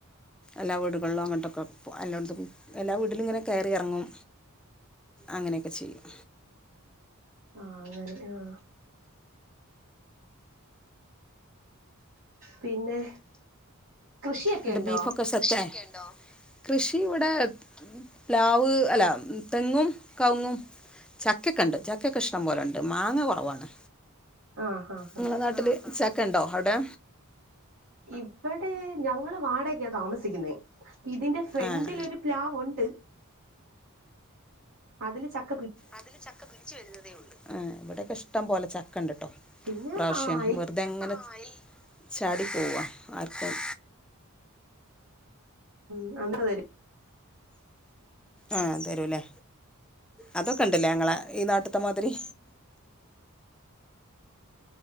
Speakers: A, in the centre; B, on the right.
A: എല്ലാ വീടുകളിലും അങ്ങട്ടൊക്കെ എല്ലോട്ത്ത്ക്കും എല്ലാ വീട്ടിലും ഇങ്ങനെ കേറി ഇറങ്ങും. അങ്ങനെ ഒക്കെ ചെയ്യും.
B: ആ അങ്ങനെ ആ പിന്നെ കൃഷിയൊക്കെ
A: എന്താ
B: ഉണ്ടോ
A: ബീഫ് ഒക്കെ സെറ്റ് ആയോ? കൃഷി ഇവിടെ പ്ലാവ് അല്ല തെങ്ങും കവുങ്ങും ചക്കൊക്കെണ്ട് ചക്കക്കെ ഇഷ്ടംപോലെയുണ്ട് മാങ്ങ കുറവാണ്.
B: ആഹ് ആഹ്
A: ഇങ്ങളെ
B: ആഹ്
A: നാട്ടിലെ ച ക്ക ഉണ്ടോ അവിടെ
B: ഇവിടെ ഞങ്ങൾ വാടകക്കാണ് താമസിക്കുന്നത് ഇതിന്റെ ഫ്രന്റിൽ
A: ആഹ്
B: ഒരു പ്ലാവ് ഉണ്ട് അതിൽ ചക്
A: അതില് ചക്ക പിടിച്ചു വരുന്നതേയുള്ളൂ ഇഷ്ടം പോലെ ചക്ക ക്ക ഇണ്ട്ട്ടോ
B: പിന്നെ
A: ഇപ്രാവശ്യം
B: ആ അയൽ
A: വെറുതെ അങ്ങനെ ചാടി പോവാ ആർക്കും
B: <unintelligible>
A: ആ തരും ലെ അതൊക്കെ ഉണ്ടല്ലേ ഞങ്ങളെ ഈ നാട്ടിത്തെ മാതിരി